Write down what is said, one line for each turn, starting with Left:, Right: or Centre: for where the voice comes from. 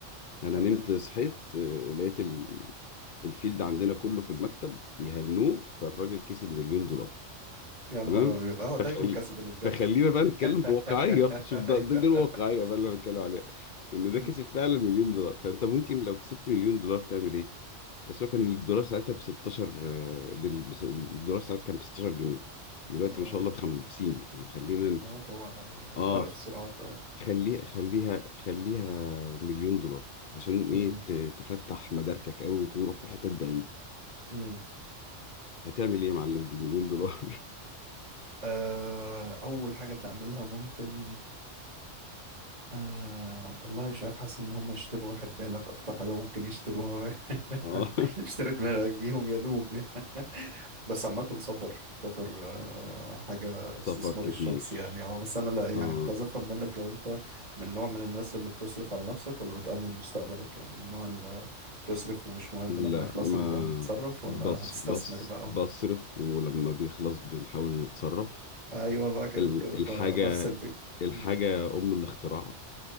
Left: انا
Right: تمام
Left: نمت صحيت آه، لقيت ال- الفيلد عندنا كله في المكتب بيهنوه فالراجل كسب مليون دولار
Right: يا
Left: تمام
Right: نهار ابيض اهو ده
Left: فخلي
Right: المكاسب اللي بجد
Left: فخلينا بقى نتكلم بواقعية
Right: <laughs>
Left: شوف ده
Right: أيوة.
Left: دي, دي الواقعية بقى اللي انا بتكلم عليها ان
Right: مم.
Left: ده كسب فعلا مليون دولار فانت ممكن لو كسبت مليون دولار تعمل ايه بس هو كان
Right: مم.
Left: الدولار ساعتها ب 16 آه، بال- بس- الدولار ساعتها كان ب 16 جنيه دلوقتي
Right: اه
Left: ما شاء الله ب 50 فخلينا
Right: اه طبعا يعني
Left: اه
Right: فرق في السرعات آه.
Left: خليها خليها خليها مليون دولار عشان ايه
Right: مم.
Left: ت- تفتح مداركك قوي وتروح في حتت بعيدة
Right: مم.
Left: هتعمل ايه يا معلم بمليون دولار
Right: آه، اول حاجة تعملها ممكن آه والله مش عارف حاسس ان هم يشتروا راحة بالك اكتر حاجة ممكن يشتروها
Left: <laughs> اه
Right: <laughs> اشتري دماغك بيهم يا دوب <laughs> بس عامة سفر سفر آه حاجة استثمار
Left: سفر كتير
Right: الشخص يعني اه بس انا لا
Left: اه
Right: يعني كنت عايز افهم منك لو انت من نوع من الناس اللي بتصرف على نفسك ولا بتأمن مستقبلك يعني من النوع اللي بتصرف ومش مهم لما
Left: لا
Right: يخلص
Left: ما
Right: نبقى نتصرف
Left: بص
Right: ولا هتستثمر
Left: بص
Right: بقى
Left: بصرف ولما بيخلص بنحاول نتصرف
Right: ايوه بقى كده
Left: ال-
Right: كده انت
Left: الحاجة
Right: نفس الفكرة
Left: الحاجة
Right: مم.
Left: أم الاختراع